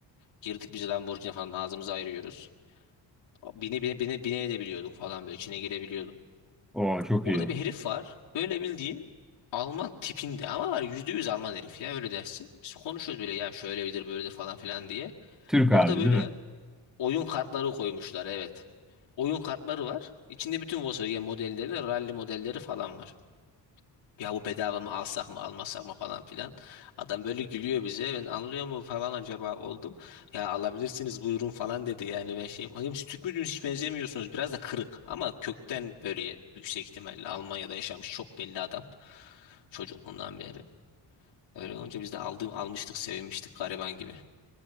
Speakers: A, on the left; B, in the centre.
A: Girdik biz Lamborghini falan ağzımızı ayırıyoruz. Bine bine bine bine edebiliyorduk falan böyle içine girebiliyorduk.
B: Oo çok
A: Orada
B: iyi.
A: bir herif var. Böyle bildiğin Alman tipinde ama var yüzde yüz Alman herif ya öyle dersin. Biz konuşuyoruz böyle ya şöyle şöyledir böyledir falan filan diye.
B: Türk
A: Orada
B: abi
A: böyle
B: değil mi?
A: Oyun kartları koymuşlar evet. Oyun kartları var. İçinde bütün Volkswagen modelleri, rally modelleri falan var. Ya bu bedava mı alsak mı almasak mı falan filan. Adam böyle gülüyor bize. Ben anlıyor mu falan acaba oldum. Ya alabilirsiniz buyurun falan dedi. Yani ben şeyim. Bakayım siz Türk müydünüz hiç benzemiyorsunuz. Biraz da kırık ama kökten böyle yüksek ihtimalle Almanya'da yaşamış çok belli adam. Çocukluğundan beri. Öyle olunca biz de aldım, almıştık sevinmiştik gariban gibi.